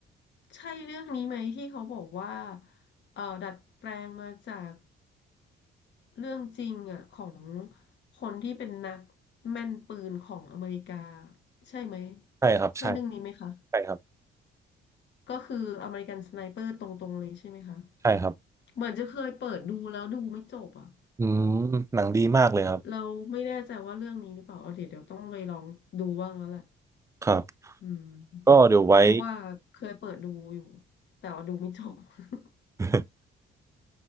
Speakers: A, on the left (about 65°); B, on the right (about 15°).
A: ใช่เรื่องนี้ไหมที่เขาบอกว่าเอ่อดัดแปลงมาจากเรื่องจริงอ่ะของคนที่เป็นนักแม่นปืนของอเมริกาใช่ไหม
B: ใช่ครับใช่
A: ใช่เรื่องนี้ไหมคะ
B: ใช่ครับ
A: ก็คืออเมริกันสไนเปอร์ตรงๆเลยใช่ไหมคะ
B: ใช่ครับ
A: เหมือนจะเคยเปิดดูแล้วดูไม่จบอ่ะ
B: อืมหนังดีมากเลยครับ
A: เราไม่แน่ใจว่าเรื่องนี้หรือเปล่าเอาเดี๋ยวเดี๋ยวต้องไปลองดูบ้างแล้วแหละ
B: ครับ
A: อืม
B: ก็เดี๋ยวไว้
A: เพราะว่าเคยเปิดดูอยู่แต่ว่าดูไม่จบ <laughs>
B: <laughs>